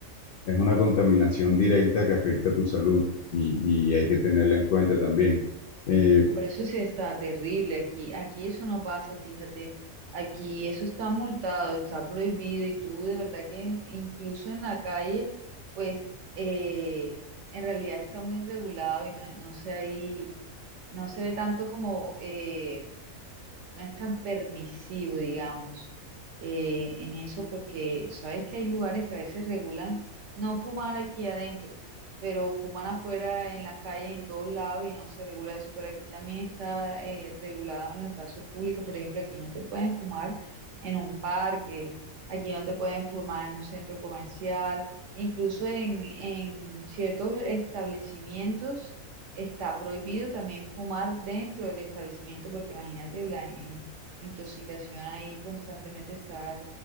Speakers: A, on the left; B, on the right.
A: es una contaminación directa que afecta a tu salud y, y hay que tenerla en cuenta también. Eh,
B: Hombre, eso sí está terrible aquí. Aquí eso no pasa, fíjate. Aquí eso está multado, está prohibido y tú de verdad que incluso en la calle, pues eh, en realidad está muy regulado y no, no se ahí, no se ve tanto como eh, no es tan permisivo, digamos, eh, en eso, porque sabes que hay lugares que a veces regulan no fumar aquí adentro, pero fuman afuera en las calles, en todos lados, y no se regula eso, pero aquí también está eh, regulado en los espacios públicos, por ejemplo, aquí no te pueden fumar en un parque, aquí no te pueden fumar en un centro comercial, incluso en, en ciertos establecimientos Está prohibido también fumar dentro del establecimiento porque imagínate la eh, intoxicación ahí constantemente estar